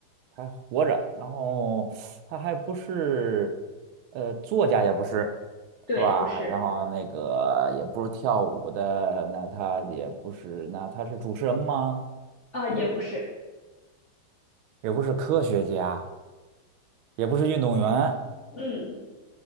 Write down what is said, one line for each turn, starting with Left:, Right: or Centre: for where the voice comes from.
Right: 还活着，然后他还不是，呃，作家也不是，
Left: 对，
Right: 是吧？
Left: 不是，
Right: 然后那个也不是跳舞的，那他也不是，那他是主持人吗？
Left: 啊、也不是，
Right: 也不是科学家，也不是运动员，
Left: 嗯，